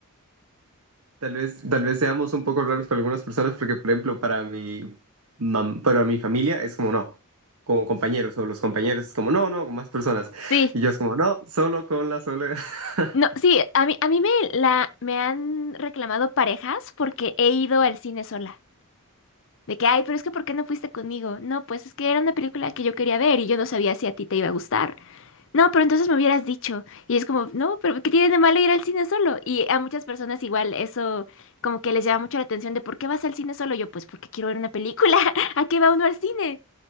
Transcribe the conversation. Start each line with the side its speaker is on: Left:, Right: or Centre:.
Right: Tal vez, tal vez seamos un poco raros para algunas personas, porque, por ejemplo, para mi, mam- para mi familia es como no, con compañeros, o los compañeros es como no, no, con más personas.
Left: Sí.
Right: Y yo es como no, solo con la soledad. <laughs>
Left: No, sí, a mí, a mí me, la, me han reclamado parejas porque he ido al cine sola. De que, ay, pero es que ¿por qué no fuiste conmigo? No, pues es que era una película que yo quería ver y yo no sabía si a ti te iba a gustar. No, pero entonces me hubieras dicho. Y es como, no, pero ¿qué tiene de malo ir al cine solo? Y a muchas personas igual eso como que les llama mucho la atención de ¿por qué vas al cine solo? Yo, pues porque quiero ver una película. <laughs> ¿A qué va uno al cine?